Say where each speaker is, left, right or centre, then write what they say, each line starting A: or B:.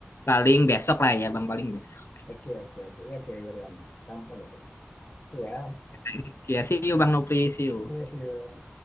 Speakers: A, on the left; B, on the left.
A: paling besok lah ya Bang, paling besok.
B: Ok, ok, ok, ok, Adrián. Tan pronto. Tú, ah,
A: Oke, see you Bang Nopri, see you.
B: Sí, sí,